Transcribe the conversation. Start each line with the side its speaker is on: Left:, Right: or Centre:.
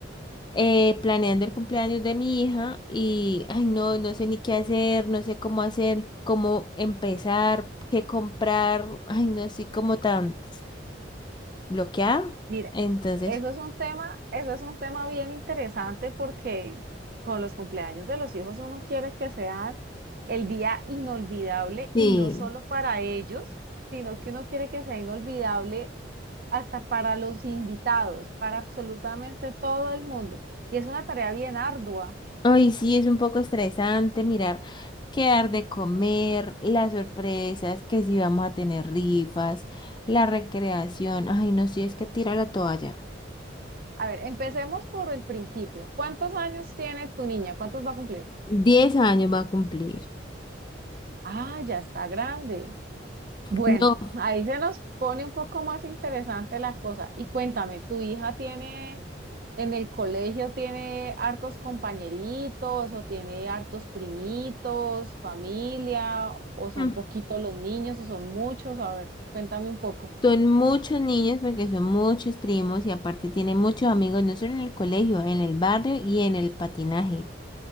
Left: eh, planeando el cumpleaños de mi hija y, ay, no, no sé ni qué hacer, no sé cómo hacer, cómo empezar, qué comprar. Ay, no estoy como tan bloqueada.
Right: Mira,
Left: Entonces,
Right: eso es un tema, eso es un tema bien interesante porque con los cumpleaños de los hijos uno quiere que sean el día inolvidable
Left: Sí,
Right: y no solo para ellos, sino que uno quiere que sea inolvidable hasta para los invitados, para absolutamente todo el mundo. Y es una tarea bien ardua.
Left: Ay, sí, es un poco estresante mirar qué dar de comer, las sorpresas, que si vamos a tener rifas, la recreación. Ay, no, si es que tira la toalla.
Right: A ver, empecemos por el principio. ¿Cuántos años tiene tu niña? ¿Cuántos va a cumplir?
Left: Diez años va a cumplir.
Right: Ah, ya está grande. Bueno,
Left: No,
Right: ahí se nos pone un poco más interesante la cosa. Y cuéntame, ¿tu hija tiene en el colegio, tiene hartos compañeritos o tiene hartos primitos, familia, o son
Left: mm,
Right: poquitos los niños o son muchos? A ver, cuéntame un poco.
Left: son muchos niños porque son muchos primos y aparte tienen muchos amigos, no solo en el colegio, en el barrio y en el patinaje.